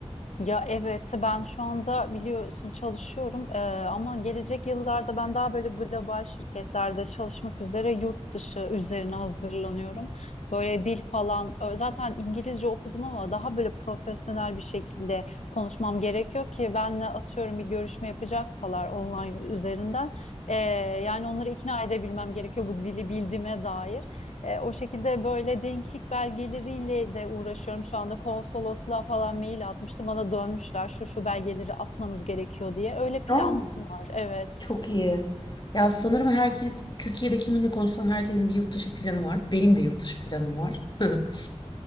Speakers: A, on the left (about 80°); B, on the left (about 40°).
A: Ya evet ben şu anda biliyorsun çalışıyorum Ee, ama gelecek yıllarda ben daha böyle global şirketlerde çalışmak üzere yurt dışı üzerine hazırlanıyorum. Böyle dil falan ö- zaten İngilizce okudum ama daha böyle profesyonel bir şekilde konuşmam gerekiyor ki benle atıyorum bir görüşme yapacaksalar online üzerinden ee, yani onları ikna edebilmem gerekiyor bu dili bildiğime dair. E, o şekilde böyle denklik belgeleriyle de uğraşıyorum şu anda. Konsolosluğa falan mail atmıştım. Bana dönmüşler şu şu belgeleri atmanız gerekiyor diye. Öyle planlarım
B: Aa,
A: var. Evet.
B: Çok iyi. Ya sanırım herkes, Türkiye'de kiminle konuşsan herkesin bir yurt dışı planı var. Benim de yurt dışı planım var. <laughs>